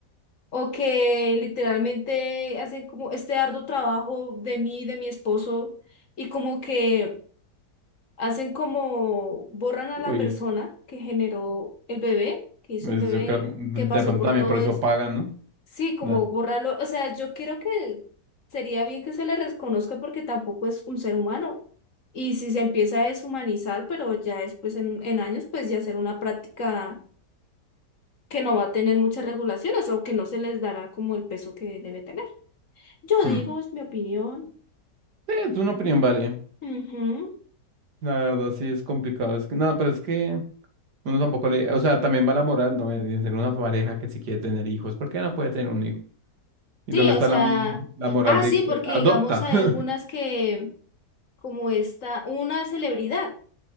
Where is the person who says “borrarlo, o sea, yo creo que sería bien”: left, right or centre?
Left